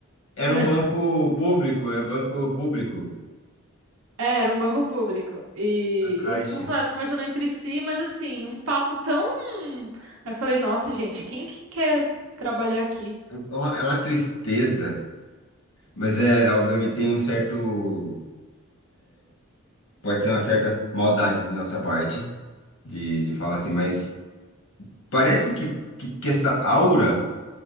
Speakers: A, on the left (about 65°); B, on the right (about 80°).
A: Era
B: <laughs>
A: um banco público, é banco público,
B: É, era um banco público. E
A: a Caixa.
B: os funcionários conversando entre si, mas assim, um papo tão. Aí Eu falei, nossa, gente, quem que quer trabalhar aqui?
A: É uma, é uma tristeza, mas é, obviamente tem um certo, pode ser uma certa maldade de nossa parte, de, de falar assim, mas parece que, que, que essa aura